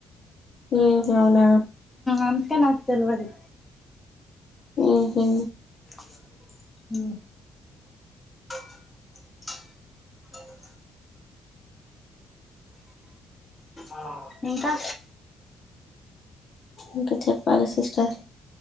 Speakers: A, on the left; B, on the left.
A: ఉ హూ అవునా
B: అం నాకు తెల్వదే
A: ఉహ
B: అ <unintelligible> అ <unintelligible> ఆ ఇంకా
A: ఇంకా చెప్పాలి సిస్టర్.